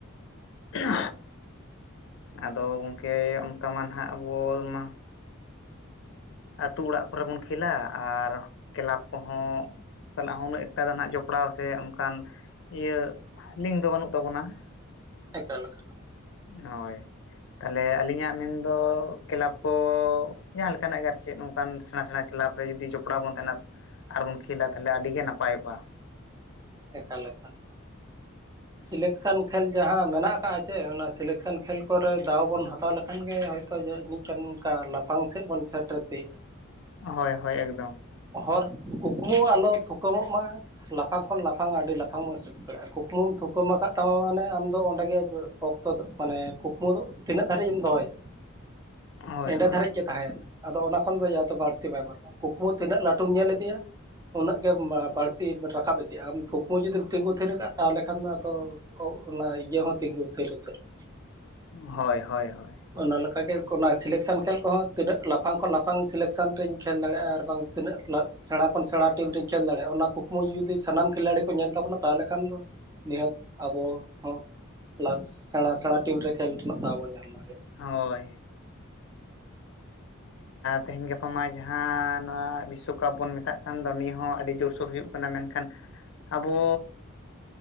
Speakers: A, on the left; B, on the right.
A: ᱦᱮ <unintelligible> ᱟᱫᱚ ᱜᱚᱝᱠᱮ ᱚᱱᱠᱟ ᱢᱟ ᱱᱟᱦᱜ ᱟᱵᱚ ᱢᱟ ᱟᱹᱛᱩ ᱚᱲᱟᱜ ᱠᱚᱨᱮ ᱵᱩᱱ ᱠᱷᱮᱞᱟ ᱟᱨ ᱠᱮᱞᱟᱵᱽ ᱠᱚᱦᱚᱸ ᱥᱟᱞᱟᱜ ᱦᱚᱸ ᱩᱱᱟᱹᱜ ᱮᱠᱴᱟ ᱫᱚ ᱱᱟᱦᱜ ᱡᱚᱯᱲᱟᱣ ᱥᱮ ᱚᱱᱠᱟᱱ ᱤᱭᱟᱹ ᱞᱤᱝᱠ ᱫᱚ ᱵᱟᱹᱱᱩᱜ ᱛᱟᱵᱚᱱᱟ ᱾
B: ᱮᱠᱟᱞ ᱮᱠᱟᱞ ᱾
A: ᱦᱳᱭ, ᱛᱟᱦᱞᱮ ᱟᱹᱞᱤᱧᱟᱜ ᱢᱮᱱᱫᱚ ᱠᱮᱞᱟᱵᱽ ᱠᱚ ᱡᱟᱦᱟᱸ ᱞᱮᱠᱟᱱᱟᱜ ᱜᱮ ᱟᱨᱠᱤ ᱪᱮᱫ ᱱᱚᱝᱠᱟᱱ ᱥᱮᱬᱟ ᱥᱮᱬᱟ ᱠᱮᱞᱟᱵᱽ ᱨᱮ ᱡᱩᱫᱤ ᱡᱚᱯᱲᱟᱣ ᱵᱚᱱ ᱛᱟᱦᱮᱱᱟ ᱟᱨ ᱵᱚᱱ ᱠᱷᱮᱞᱟ ᱛᱟᱦᱚᱞᱮ ᱟᱹᱰᱤ ᱜᱮ ᱱᱟᱯᱟᱭᱚᱜᱼᱟ ᱾
B: ᱮᱠᱟᱞ ᱮᱠᱟᱞ ᱾ ᱥᱤᱞᱮᱠ ᱟᱭᱥᱮᱞ ᱠᱷᱮᱞ ᱡᱟᱦᱟᱸ ᱢᱮᱱᱟᱜ ᱟᱠᱟᱫᱼᱟ ᱪᱮ, ᱚᱱᱟ ᱥᱤᱞᱮᱠᱥᱮᱱ ᱠᱷᱮᱞ ᱠᱚᱨᱮ ᱫᱟᱣ ᱵᱚᱱ ᱦᱟᱛᱟᱣ ᱞᱮᱠᱷᱟᱱ ᱜᱮ ᱦᱚᱭᱛᱳ ᱚᱱᱠᱟ ᱞᱟᱯᱷᱟᱝ ᱥᱮᱫ ᱵᱚᱱ ᱥᱮᱴᱮᱨ ᱛᱜᱼᱟ ᱾
A: ᱦᱳᱭ ᱦᱳᱭ ᱾ ᱮᱠᱫᱚᱢ ᱾
B: ᱦᱚᱨ ᱠᱩᱠᱢᱩ ᱟᱞᱚ ᱛᱷᱩᱠᱢᱚᱜ ᱢᱟ ᱞᱟᱯᱷᱟᱝ ᱠᱷᱚᱱ ᱞᱟᱯᱷᱟᱝ ᱟᱹᱰᱤ ᱞᱟᱯᱷᱟᱝ ᱠᱩᱠᱢᱩᱢ ᱛᱷᱩᱠᱩᱟᱹᱢ ᱟᱠᱟᱫ ᱛᱟᱢᱟ ᱢᱟᱱᱮ ᱟᱢᱫᱚ ᱚᱸᱰᱮ ᱜᱮ ᱚᱠᱛᱚ ᱫᱚ ᱢᱟᱱᱮ ᱠᱩᱠᱢᱩ ᱫᱚ ᱛᱤᱱᱟᱹᱜ ᱫᱷᱟᱹᱨᱤᱡ ᱮᱢ ᱫᱚᱦᱚᱭᱟ,
A: ᱦᱳᱭ
B: ᱮᱸᱰᱮ
A: ᱦᱳᱭ
B: ᱫᱷᱟᱹᱨᱤᱡ ᱜᱮ ᱛᱟᱦᱮᱸᱭᱱᱟ ᱾ ᱟᱫᱚ ᱚᱱᱟ ᱠᱷᱚᱱ ᱫᱚ ᱡᱮ ᱫᱚ ᱵᱟᱹᱲᱛᱤ ᱵᱟᱭ ᱧᱟᱢᱚᱜᱼᱟ ᱠᱩᱠᱢᱩ ᱛᱤᱱᱟᱹᱜ ᱞᱟᱹᱴᱩᱢ ᱧᱮᱞ ᱤᱫᱮᱤᱭᱟ ᱩᱱᱟᱹᱜ ᱜᱮ ᱵᱟᱹᱲᱛᱤ ᱨᱟᱠᱟᱵ ᱤᱫᱤᱜᱼᱟ ᱾ ᱟᱢ ᱠᱩᱠᱢᱩ ᱡᱩᱫᱤᱢ ᱛᱤᱸᱜᱩ ᱛᱷᱤᱨ ᱠᱟᱜᱼᱟ, ᱛᱟᱦᱚᱞᱮ ᱠᱷᱟᱱ ᱫᱚ ᱟᱫᱚ ᱚᱱᱟ ᱤᱭᱟᱹ ᱦᱚᱸ ᱛᱤᱸᱜᱩ ᱛᱷᱤᱨ ᱩᱛᱟᱹᱨᱚᱜᱼᱟ ᱾
A: ᱦᱳᱭ ᱦᱳᱭ ᱦᱳᱭ ᱾
B: ᱚᱱᱟᱠᱟᱜᱮ ᱚᱱᱟ ᱥᱤᱞᱮᱠᱥᱮᱱ ᱠᱷᱮᱞ ᱠᱚᱦᱚᱸ ᱛᱤᱱᱟᱹᱜ ᱞᱟᱯᱷᱟᱝ ᱠᱷᱚᱱ ᱞᱟᱯᱷᱟᱝ ᱥᱤᱞᱮᱠᱥᱮᱱ ᱨᱮᱧ ᱠᱷᱮᱞ ᱫᱟᱲᱮᱭᱟᱜᱼᱟ, ᱟᱨ ᱵᱟᱝ ᱛᱤᱱᱟᱹᱜ ᱥᱮᱬᱟ ᱠᱷᱚᱱ ᱥᱮᱬᱟ ᱴᱤᱢ ᱨᱮᱧ ᱠᱷᱮᱞ ᱫᱟᱲᱮᱭᱟᱜᱼᱟ, ᱚᱱᱟ ᱠᱩᱠᱢᱩ ᱡᱩᱫᱤ ᱥᱟᱱᱟᱢ ᱠᱷᱤᱞᱟᱲᱤ ᱠᱚ ᱧᱮᱞ ᱛᱟᱵᱚᱱᱟ ᱾ ᱛᱟᱦᱚᱞᱮ ᱠᱷᱟᱱ ᱫᱚ ᱱᱤᱦᱟᱹᱛ ᱟᱵᱚ ᱦᱚᱸ ᱞᱟᱵᱽ, ᱚᱱᱟ ᱥᱮᱬᱟ ᱥᱮᱬᱟ ᱴᱤᱢ ᱨᱮ ᱠᱷᱮᱞ ᱨᱮᱱᱟᱜ ᱫᱟᱣ ᱵᱚᱱ ᱧᱟᱢ ᱫᱟᱲᱮᱭᱟᱜᱼᱟ ᱾
A: ᱦᱳᱭ ᱾ ᱛᱮᱦᱮᱧ ᱜᱟᱯᱟ ᱢᱟ ᱡᱟᱦᱟᱸ ᱱᱚᱣᱟ ᱵᱤᱥᱥᱚ ᱠᱟᱯ ᱵᱚᱱ ᱢᱮᱛᱟᱜ ᱠᱟᱱ ᱫᱚ ᱱᱤᱭᱟᱹ ᱦᱚᱸ ᱟᱹᱰᱤ ᱡᱳᱨᱥᱳᱨ ᱦᱩᱭᱩᱜ ᱠᱟᱱᱟ, ᱢᱮᱱᱠᱷᱟᱱ ᱟᱵᱚ